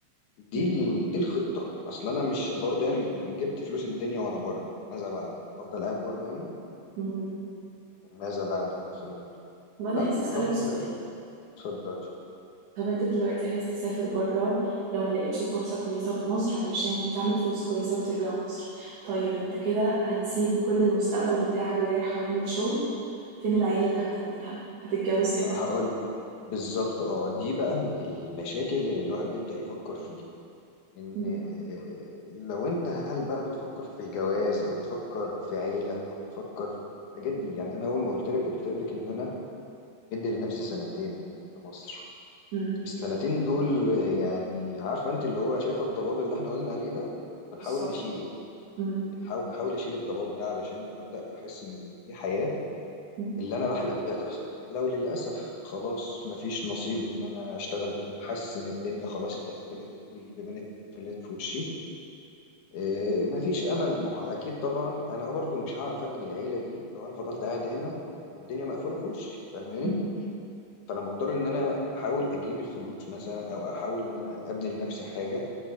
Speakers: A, on the left; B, on the right.
A: دي
B: مم.
A: ال... دي الخطة اصل انا مش برضو يعني جبت فلوس الدنيا وانا بره ماذا بعد افضل قاعد بره يعني
B: مم.
A: ماذا بعد مثلا
B: طب انا
A: لا
B: عايزة اسألك
A: طبعا
B: سؤال
A: لا اتفضل
B: طب انت دلوقتي عايز تسافر بره لو ما لقيتش فرصة كويسة في مصر علشان تعمل فلوس كويسة وترجع مصر طيب انت كده هتسيب كل المستقبل بتاعك داير حوالين الشغل فين العيلة اللي هتعملها هتتجوز امتى
A: هقول بالظبط اه دي بقى من المشاكل اللي الواحد بيبدأ يفكر فيها ان
B: مم.
A: آه، لو انت هل بقى بتفكر في الجواز او بتفكر في عيلة او بتفكر في الحاجات دي يعني انا اول ما قلت لك قلت لك ان انا مدي لنفسي سنتين في مصر
B: مم.
A: السنتين دول يعني عارفه انت اللي هو شايفه الضباب اللي احنا قلنا عليه ده بنحاول
B: بالظبط
A: نشيله
B: مم.
A: بنحاول بحاول اشيل الضباب ده علشان ابدا احس ان في حياه
B: مم.
A: اللي انا بحلم بيها تحصل لو للاسف خلاص مفيش نصيب ان انا اشتغل هنا حاسس ان الدنيا خلاص اتقفلت كل البيبان اتقفلت في وشي إيه، مفيش امل ما هو اكيد طبعا انا برضو مش هعرف ابني العيله دي لو انا فضلت قاعد هنا والدنيا مقفوله في وشي فاهماني
B: مم.
A: فانا مضطر ان انا احاول اجيب الفلوس مثلا او احاول ان انا ابني لنفسي حاجه